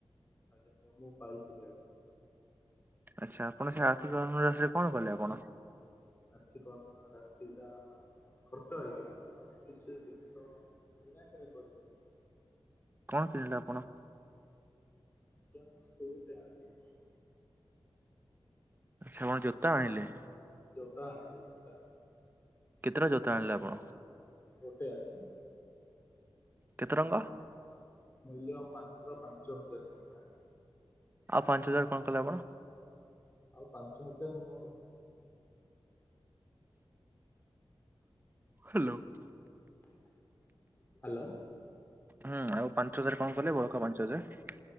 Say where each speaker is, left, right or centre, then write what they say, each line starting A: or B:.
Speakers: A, on the left; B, on the right.
A: ଆଜ୍ଞା ନା ମୁଁ ପାଇଥିଲି ଆଜ୍ଞା।
B: ଆଚ୍ଛା ଆପଣ ସେ ଆର୍ଥିକ ଅନୁରାଶିରେ କଣ କଲେ ଆପଣ?
A: ଆର୍ଥିକ ଅନୁରାଶିଟା ଖର୍ଚ୍ଚ ହେଇଗଲା ଆଜ୍ଞା। ମୁଁ କିଛି ଜିନିଷ କିଣାକିଣି କରିଦେଲି ଆଜ୍ଞା।
B: କଣ କିଣିଲେ ଆପଣ?
A: ଆଜ୍ଞା ମୁଁ ସୁ ଟେ ଆଣିଲି।
B: ଆଛା କଣ ଜୋତା ଆଣିଲେ?
A: ଜୋତା ଆଣିଲି ଜୋତା ଆଣିଲି।
B: କେତେଟା ଜୋତା ଆଣିଲେ ଆପଣ?
A: ଗୋଟେ ଆଜ୍ଞା।
B: କେତେ ରଙ୍ଗ?
A: ମୂଲ୍ୟ ମାତ୍ର ପାଞ୍ଚ ହଜାର ଟଙ୍କା।
B: ଆଉ ପାଞ୍ଚ ହଜାର କଣ କଲେ ଆପଣ?
A: ଆଉ ପାଞ୍ଚ ହଜାର ମୋର।
B: ହ୍ୟାଲୋ।
A: ହ୍ୟାଲୋ।
B: ହୁଁ। ଆଉ ପାଞ୍ଚ ହଜାର କଣ କଲେ ବଳକା ପାଞ୍ଚ ହଜାର?